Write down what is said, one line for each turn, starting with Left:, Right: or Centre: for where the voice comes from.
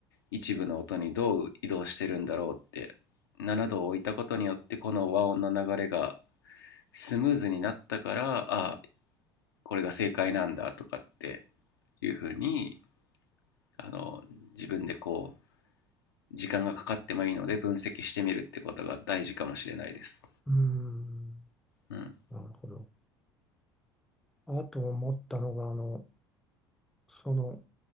Left: 一部の音にどう移動してるんだろうって7度を置いたことによってこの和音の流れがスムーズになったからあこれが正解なんだとかっていうふうにあの自分でこう時間がかかってもいいので分析してみるってことが大事かもしれないです。
Centre: うん
Left: うん。
Centre: なるほど。あと思ったのがあのその